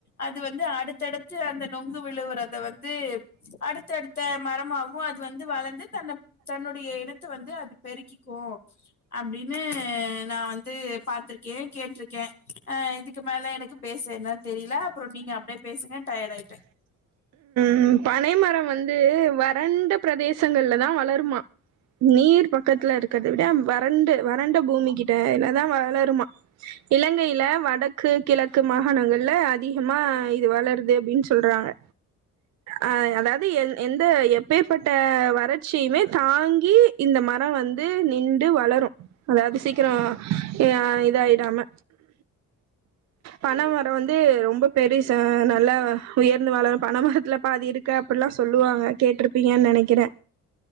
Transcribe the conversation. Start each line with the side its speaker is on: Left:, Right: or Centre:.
Left: அது வந்து அடுத்தடுத்து அந்த நொங்கு விழுவறத வந் து அடுத்தடுத்த மரமாவு அது வந்து வளந்து தன்ன தன்னுடைய இனத்த வந்து அது பெருக்கிக்கு அப்டின்னு நா வந்து பாத்திருக்கே கேட்ருக்கே அ இதுக்கு மேல எனக் பேச என்ன தெரியில அப்புறோ நீங்க அப்டியே பேசுங்க டயாட் ஆயிட்டே
Right: ம் பனை மர வந்து வறண்ட பிரதேசங்கள்ல தா வளருமா நீர் பக்கத்துல இருக்கிறத விட வறண்டு வறண்ட பூமி கிட்ட இல்ல தா வளருமா இலங்கைல வடக்கு கிழக்கு மாகாணங்கள்ல அதிகமா இது வளருது அப்டின்னு சொல்றாங்க அ அதாவது எ எந்த எப்பேற்ப்பட்ட வறட்சியுமே தாங்கி இந்த மர வந்து நிண்டு வளரு அதாது சீக்கிரோ ஆ இதாயிடாம பனைமர வந்து ரொம்ப பெருசா நல்லா உயர்ந்து வளரு பனமரத்துல அப்ப அது இருக்கு அப்டில்லா சொல்லுவாங்க கேட்டிருப்பீங்கன்னு நெனைக்கிறே